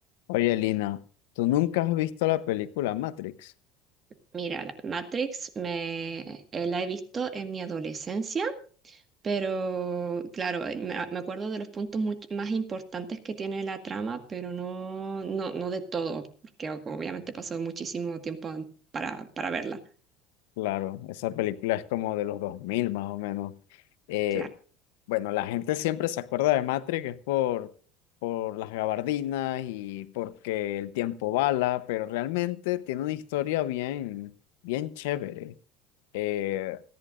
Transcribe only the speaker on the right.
Mira, la Matrix me eh, la he visto en mi adolescencia, pero claro, eh, me, me acuerdo de los puntos much- más importantes que tiene la trama, pero no, no, no de todo, porque o- obviamente pasó muchísimo tiempo an- para, para verla.
Claro.